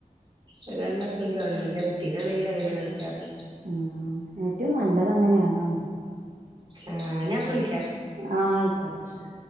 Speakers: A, on the right; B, on the right.
A: അത് കാരണം എപ്പഴും ഗവൺമെന്ന്റെ കുട്ടീനാണെങ്കിലും അങ്ങനെ കാണിക്കാറ്
B: ഉ ഏറ്റവും നല്ലത് അങ്ങനെ ആണാണ്.
A: ആ ഞാൻ ഇപ്പൊ വിളി
B: ആ ആയിക്കോട്ടെ ശരി